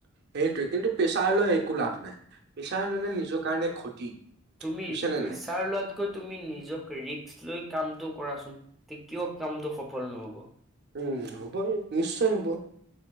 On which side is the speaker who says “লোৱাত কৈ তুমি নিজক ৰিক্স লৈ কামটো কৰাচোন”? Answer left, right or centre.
Centre